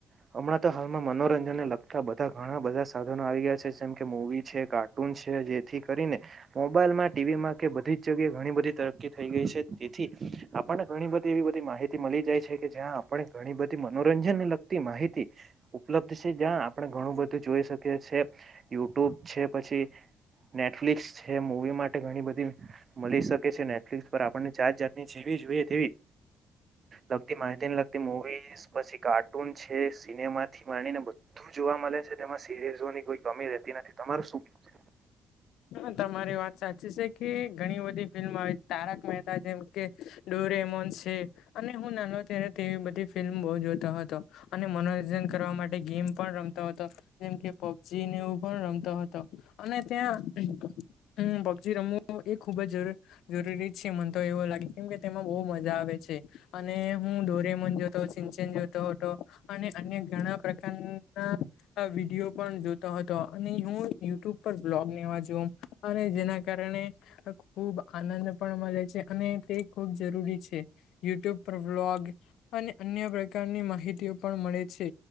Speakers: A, on the right; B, on the left.
A: આમ હમણાં તો હાલમાં મનોરંજન ને લગતા બધા ઘણા બધા સાધનો આવી ગયા છે જેમ કે મૂવી છે કાર્ટૂન છે જેથી કરીને મોબાઈલ માં ટીવીમાં કે બધી જ જગ્યાએ ઘણી બધી તરક્કી થઈ ગઈ છે. તેથી આપણને ઘણી બધી એવી બધી માહિતી મળી જાય છે કે જ્યાં આપણે ઘણી બધી મનોરંજનને લગતી માહિતી ઉપલબ્ધ છે. જ્યાં આપણે ઘણું બધું જોઈ શકીએ છીએ યુટ્યુબ છે પછી નેટફ્લિક્સ છે મૂવી માટે ઘણી બધી મળી શકે છે. નેટફ્લિક્સ પર આપણને જાત જાત ની જેવી મૂવી જેવી જોઈએ તેવી લગતી માહિતીને લગતી મુવી પછી કાર્ટૂન છે સી સિનેમાથી માણીને બધું જોવા મળે છે તેમાં સિરીઝોની કોઈ કમી રહેતી નથી તમારે શું કેવું?
B: હા તમારી વાત સાચી છે. કે ઘણી બધી ફિલ્મ આવે તારક મહેતા જેમ કે ડોરેમોન છે અને હું નાનું ત્યારે બધી ફિલ્મ બહુ જોતો હતો અને મનોરંજન કરવા માટે ગેમ પણ રમતો હતો. જેમ કે પબજી ને એવું પણ રમતો હતો અને ત્યાં હમ પબજી રમવું એ ખુબ જ જરૂરી જરૂરી છે મને તો એવો લાગે કેમ કે તેમાં બહુ મજા આવે. અને હું ડોરેમોન જોતો શીન ચેન જોતો હતો અને અન્ય ઘણા પ્રકાર હા વિડીયો પણ જોતો હતો અને હું યુટ્યુબ બ્લોગ ને એવા જો અને જેના કારણે ખુબ આનંદ પણ મળે છે અને તે ખુબ જરૂરી છે યુટ્યુબ બ્લોગ અને અન્ય પ્રકારની માહિતીઓ પણ મળે છે